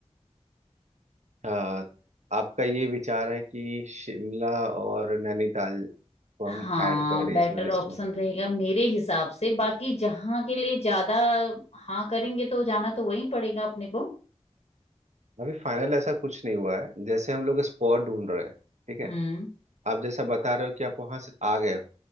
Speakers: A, on the right; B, on the left.
A: अच्छा, आपका ये विचार है कि शिमला और नैनीताल को
B: हाँ
A: हम ऐड करें
B: बेटर
A: इसमें लिस्ट
B: ऑप्शन
A: में
B: रहेगा मेरे हिसाब से बाकी जहाँ के लिए ज्यादा हाँ करेंगे तो जाना तो वहीं पड़ेगा अपने को
A: अभी फाइनल ऐसा कुछ नहीं हुआ है जैसे हम लोग स्पॉट ढूंढ रहे हैं ठीक है
B: हम्म
A: आप जैसा बता रहे हो कि आप वहां से आ गए हो